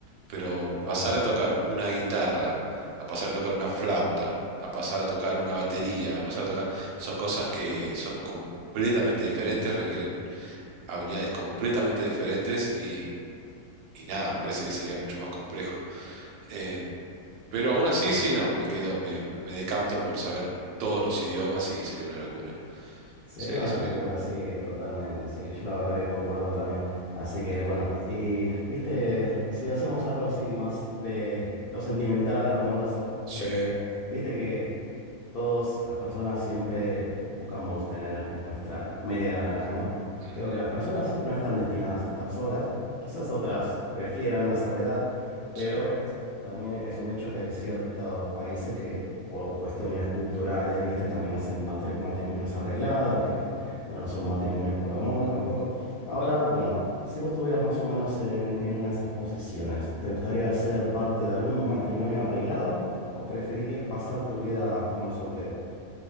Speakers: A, on the right; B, on the left.
A: Pero
B: Totalmente.
A: pasar de tocar una guitarra a pasar a tocar una flauta, a pasar a tocar una batería, a pasar a tocar, son cosas que son completamente diferentes, requieren habilidades completamente diferentes y, y nada, parece que sería mucho más complejo. Eh, pero aún así,
B: Es-
A: sí, no, me quedo, me, me decanto por saber todos los idiomas y sería una locura.
B: sería
A: Sería,
B: una
A: sería
B: locura,
A: lindo.
B: sí, totalmente, sí. Yo la verdad que concuerdo también. Así que
A: <laughs>
B: bueno, y viste, si hacemos algo así más de lo sentimental, lo amoroso, eh,
A: Sí,
B: viste que Todas las personas siempre buscamos tener eh, nuestra media naranja, ¿no?
A: ujú,
B: Creo que las personas no están destinadas a estar solas, quizás otras prefieran la soledad, pero
A: sí.
B: también es un hecho que hay ciertos países que por cuestiones culturales, viste, también hacen matri- matrimonios arreglados, que, bueno, son matrimonios por amor tampoco. Ahora,
A: ujú.
B: bueno, si vos estuvieras más o menos en, en una de esas posiciones, ¿te gustaría ser parte de algún matrimonio arreglado? ¿O preferirías pasar tu vida como soltero?